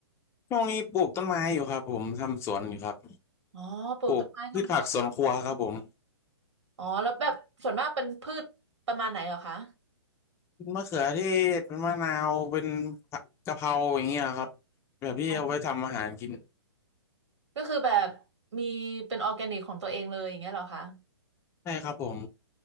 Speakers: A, on the left; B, on the right.
A: ช่วงนี้ปลูกต้นไม้อยู่ครับผม ทำสวนอยู่ครับ
B: อ๋อปลูกต้นไม้ทำสวน
A: ปลูกพืชผักสวนครัวครับผม
B: อ๋อแล้วแบบส่วนมากเป็นพืชประมาณไหนเหรอคะ
A: เป็นมะเขือเทศเป็นมะนาวเป็นผักกะเพราอย่างเงี้ยครับแบบที่เอาไว้ทำอาหารกิน
B: อ๋อก็คือแบบมีเป็นออร์แกนิกของตัวเองเลยอย่างเงี้ยเหรอคะ
A: ใช่ครับผม